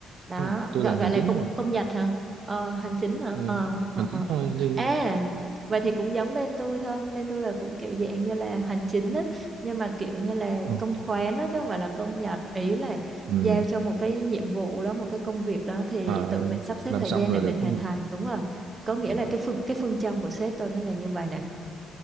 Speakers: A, on the right; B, on the right.
A: đó
B: không tôi
A: gọi
B: làm
A: gọi
B: hành
A: là
B: chính
A: công
B: thôi
A: công nhật hả ờ, hành chính hả
B: Ờ,
A: ờ, ờ,
B: hành
A: ờ.
B: chính thôi
A: ờ.
B: nhưng
A: à vậy thì cũng giống bên tôi thôi bên tôi là cũng kiểu dạng như là hành chính á nhưng mà kiểu như là
B: ừ.
A: công khoán đó chứ không phải là công nhật ý là
B: Ừ.
A: giao cho một cái nhiệm vụ đó một cái công việc đó thì
B: Ờ,
A: tự mình sắp xếp
B: làm
A: thời
B: xong
A: gian để
B: là
A: mình
B: được
A: hoàn
B: đúng không
A: thành đúng rồi có nghĩa
B: Ờ,
A: là cái phương cái phương châm của sếp tôi nó là như vậy nè